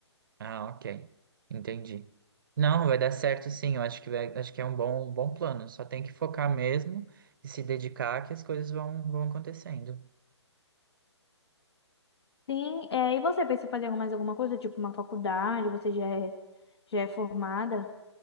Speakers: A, on the right; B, on the left.
A: Ah, ok. Entendi. Não, vai dar certo sim, eu acho que vai- acho que é um bom, um bom plano. Só tem que focar mesmo e se dedicar que as coisas vão, vão acontecendo.
B: Sim, é, e você pensa em fazer mais alguma coisa, tipo uma faculdade, você já é, já é formada?